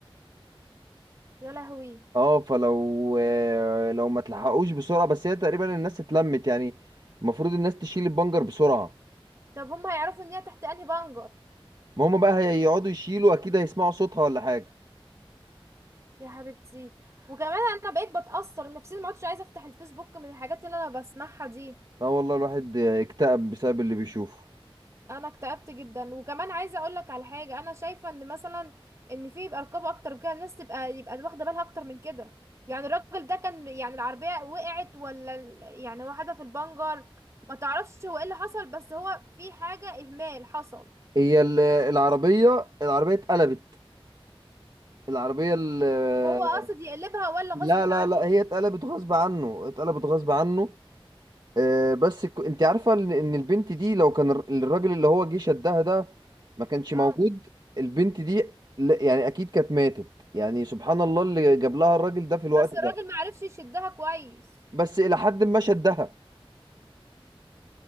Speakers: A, on the right; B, on the right.
A: يا لهوي
B: اه فلو آه لو ما تلحقوش بسرعه بس هي تقريبا الناس اتلمت يعني المفروض الناس تشيل البنجر بسرعه
A: طب هم هيعرفوا ان هي تحت انهي بنجر
B: ما هم بقى هيقعدوا يشيلوا اكيد هيسمعوا صوتها ولا حاجه
A: يا حبيبتي وكمان انا بقيت بتاثر نفسيا ما عدتش عايزه افتح الفيسبوك من الحاجات اللي انا بسمعها دي
B: اه والله الواحد اكتئب بسبب اللي بيشوفه
A: انا اكتئبت جدا وكمان عايزه اقول لك على حاجه انا شايفه ان مثلا ان في يبقى رقابه اكتر من كده الناس تبقى يبقى واخده بالها اكتر من كده يعني الراجل ده كان يعني العربيه وقعت ولا ال- يعني واحده في البنجر ما تعرفش هو ايه اللي حصل بس هو في حاجه اهمال حصل
B: هي ال- العربية العربية اتقلبت العربية ال-
A: هو قاصد يقلبها ولا
B: لا
A: غصب عنه
B: لا لا هي اتقلبت غصب عنه اتقلبت غصب عنه آه، بس ك- انت عارفة ان إن البنت دي لو كان الر- الراجل اللي هو جه شدها ده ما كانش
A: اه
B: موجود البنت دي لا يعني اكيد كانت ماتت يعني سبحان الله اللي جاب لها الراجل ده في الوقت
A: بس الراجل
B: ده
A: ما عرفش يشدها كويس
B: بس الى حد ما شدها